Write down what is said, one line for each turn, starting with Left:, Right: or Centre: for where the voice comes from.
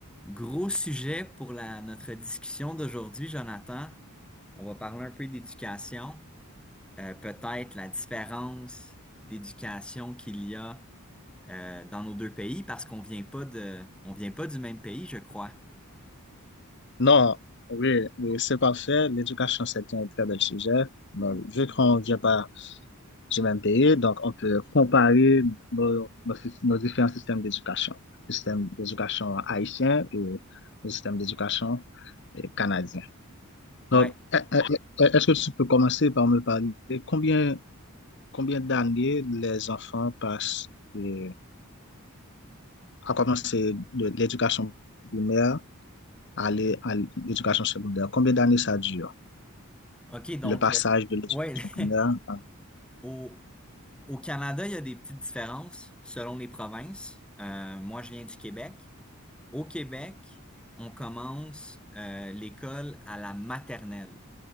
Centre: Gros sujet pour la, notre discussion d'aujourd'hui, Jonathan. On va parler un peu d'éducation, euh, peut-être la différence d'éducation qu'il y a euh, dans nos deux pays parce qu'on vient pas de, on vient pas du même pays, je crois.
Left: Non, oui, oui, c'est parfait. L'éducation, c'est un très bel sujet. Donc, vu qu'on vient pas du même pays, donc on peut comparer nos, nos, sy- nos différents systèmes d'éducation. Le système d'éducation haïtien et le système d'éducation euh, canadien.
Centre: Ouais.
Left: Donc, e- e- e- e, est-ce que tu peux commencer par me parler de combien, combien d'années les enfants passent euh, à commencer de l'éducation primaire à l'é- à l'éducation secondaire? Combien d'années ça dure?
Centre: OK, donc
Left: le passage
Centre: euh,
Left: de l'école
Centre: ouais,
Left: primaire
Centre: <laughs>
Left: à-
Centre: au, au Canada, il y a des petites différences selon les provinces. Euh, moi, je viens du Québec. Au Québec, on commence euh, l'école à la maternelle.